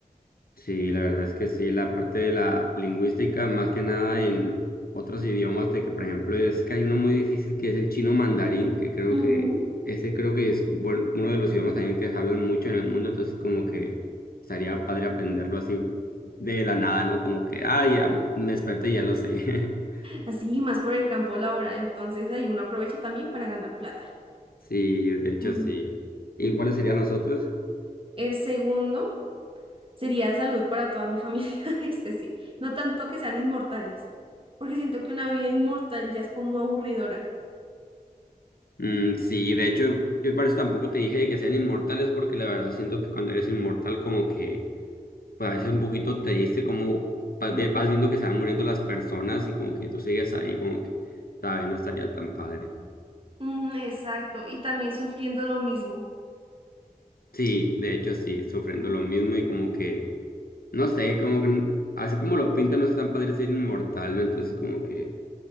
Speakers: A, on the left (about 75°); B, on the right (about 35°).
A: Sí, la verdad es que sí, la parte de la lingüística, más que nada en otros idiomas, de que por ejemplo es que hay uno muy difícil que es el chino mandarín, que creo que
B: Ujú,
A: ese creo que es buen- uno de los idiomas también que se hablan mucho en el mundo, entonces como que estaría padre aprenderlo así de la nada, ¿no? Como que, ah,
B: ujú.
A: ya me desperté y ya lo sé. <laughs>
B: Así, más por el campo laboral, entonces ahí uno aprovecha también para ganar plata.
A: Sí, de hecho
B: Mm.
A: sí. ¿Y
B: Ujú.
A: cuáles serían los otros?
B: El segundo sería salud para toda mi familia, <laughs> este sí, no tanto que sean inmortales, porque siento que una vida inmortal ya es como aburridora.
A: Mm, sí, de hecho, yo por eso tampoco te dije que sean inmortales, porque la verdad siento que cuando eres inmortal como que parece un poquito triste como vas
B: Ujú,
A: vi- vas viendo que se van muriendo las personas y como que tú sigues ahí, como que, ¿sabes? No estaría tan padre.
B: ujú, exacto, y también sufriendo lo mismo.
A: Sí, de hecho sí, sufriendo
B: ¿no?
A: lo mismo y como que, no sé, como que, así como lo pintan, no es tan padre ser inmortal, ¿no? Entonces como que,